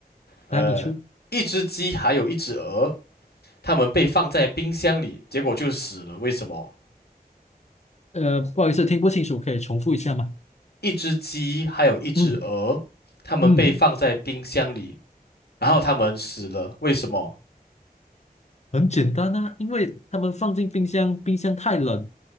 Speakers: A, on the left; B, on the left.
A: 呃，
B: 来你出。
A: 一只鸡还有一只鹅，它们被放在冰箱里，结果就死了。为什么？
B: 呃，不好意思，听不清楚，可以重复一下吗？
A: 一只鸡还有一只鹅，
B: 嗯
A: 它们被放在冰箱里，
B: 嗯，
A: 然后它们死了。为什么？
B: 很简单啊，因为他们放进冰箱，冰箱太冷，